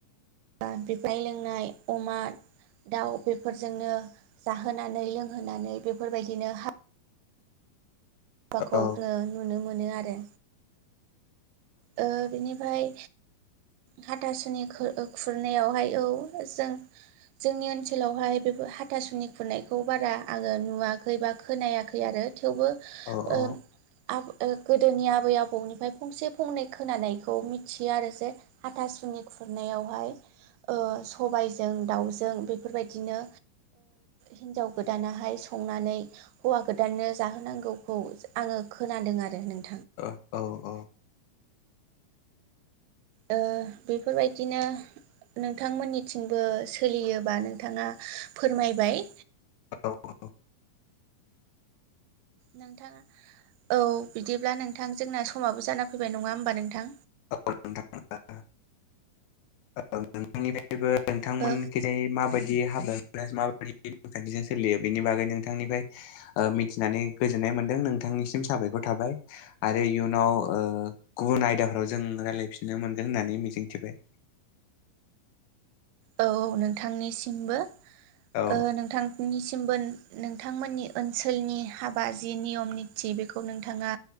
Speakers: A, on the right; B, on the left.
A: <unintelligible> लोंनाय अमा दाउ बेफोरजोंनो जाहोनानै लोंहोनानै बेफोरबायदिनो हा बाखौ
B: औ
A: ओ नुनो मोनो आरो। ओ बिनिफ्राय हाथासुनि खु-खुरनायावहाय औ जों जोंनि ओनसोलावहाय बेफोर हाथासुनि खुरनायखौ बारा आंङो नुवाखै बा खोनायाखै आरो। थेवबो
B: औ औ
A: ओ आब गोदोनि आबै आबौनिफाय फंसे फंनै खोनानायखौ मिथियो आरो जे हाथासुनि खुरनायावहाय ओ सबायजों दाउजों बेफोरबायदिनो हिनजाव ओ गोदानाहाय संनानै हौवा गोदाननो जाहोनांगौखौ आंङो खोनादों आरो नों
B: औ औ।
A: ओ बेफोरबायदिनो नोंथांमोननिथिंबो सोलियोबा नोंथाङा फोरमायबाय।
B: <unintelligible>
A: नोंथाङा औ बिदिब्ला नोंथां जोंना समाबो जाना फैबाय नङा होमबा नोंथां?
B: औ नोंथां <unintelligible> औ नोंथांनिफाय <unintelligible> नोंथांमोनखिजाय
A: ओ
B: माबायदि हालोद <unintelligible> सोलियो बेनि बागै नोंथांनिफ्राय मिथिनानै गोजोननाय मोनदों नों थांनिसिम साबायखर थाबाय आरो इयुनाव ओ गुबुन आयदाफोराव जों रायज्लायफिननो मोनगोन होननानै मिजिंथिबाय।
A: औ नोंथांनिसिमबो
B: औ
A: ओ नोंथांनिसि बो नोंथांमोननि ओनसोलनि हाबा जि नियम निति बेखौ नोंथाङा